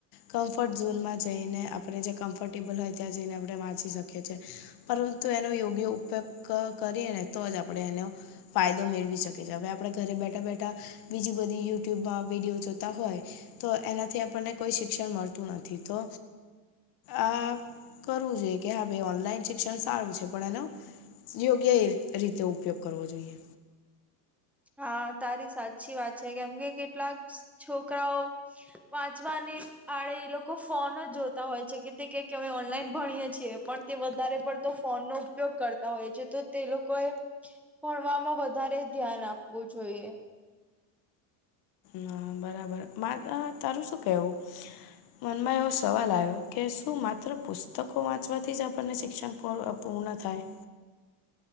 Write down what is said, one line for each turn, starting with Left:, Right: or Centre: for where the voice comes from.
Left: કમ્ફર્ટ ઝોનમાં જઈને આપણે જ્યાં કમ્ફર્ટેબલ હોય ત્યાં જઈને આપણે વાંચી શકીએ છીએ. પરંતુ એનો યોગ્ય ઉપયોગ કરીએ ને તો જ આપણે એનો ફાયદો મેળવી શકીએ છીએ. હવે આપણે ઘરે બેઠા બેઠા બીજી બધી યુટ્યુબમાં વિડીયો જોતા હોય. તો એનાથી આપણને કોઈ શિક્ષણ મળતું નથી. તો આ કરવું જોઈએ કે હા ભાઈ ઓનલાઈન શિક્ષણ સારું છે. પણ એનો યોગ્ય એ રીતે ઉપયોગ કરવો જોઈએ.
Centre: હા તારી સાચી વાત છે કેમ કે કેટલાક છોકરાઓ વાંચવાની આડે એ લોકો ફોન જ જોતા હોય છે કે તે કક અમે ઓનલાઈન ભણીએ છીએ પણ તે વધારે પડતો ફોનનો ઉપયોગ કરતા હોય છે તો તે લોકોએ ભણવામાં વધારે ધ્યાન આપવું જોઈએ
Left: હા બરાબર મારે તારું શું કેવું મનમાં એવો સવાલ આવ્યો કે શું માત્ર પુસ્તકો વાંચવાથી જ આપણને શિક્ષણ પૂર્ણ થાય